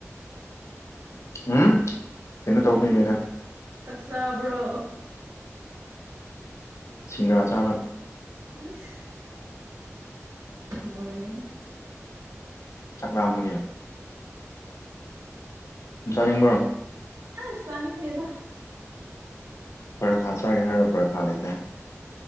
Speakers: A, on the left; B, on the right.
A: ꯎꯝ ꯀꯟꯅ ꯇꯧꯕꯒꯤꯅꯤꯗ
B: ꯆꯕ꯭ꯔꯣ
A: ꯁꯤꯡꯔꯥ ꯆꯥꯃ
B: ꯑ ꯍꯂ ꯑꯣꯏꯅꯦ
A: ꯆꯥꯛꯅꯥꯝꯃꯒ ꯆꯥꯅꯤꯡꯕ꯭ꯔꯣ
B: ꯑ ꯁꯅꯤꯡꯗꯦꯗ
A: ꯄꯔꯥꯊꯥ ꯆꯥꯒꯦ ꯍꯥꯏꯔꯒ ꯄꯔꯥꯊꯥ ꯂꯩꯇꯦ